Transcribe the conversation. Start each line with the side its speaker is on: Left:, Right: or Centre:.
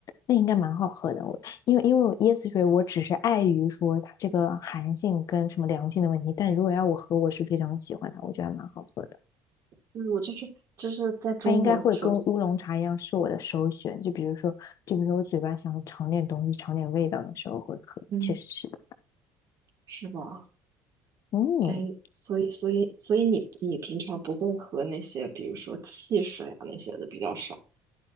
Left: 那应该蛮好喝的。我因为因为我椰子水我只是碍于说它这个寒性跟什么凉性的问题，但如果要我喝，我是非常喜欢它，我觉得还蛮好喝的。
Right: 嗯，我就是就是在中国的时候，
Left: 它应该会跟乌龙茶一样是我的首选，就比如说就比如说我嘴巴想尝点东西、尝点味道的时候会喝，
Right: 嗯，
Left: 确实是的。
Right: 是吧？
Left: 嗯。
Right: 哎，所以所以所以你你平常不会喝那些，比如说汽水啊那些的比较少。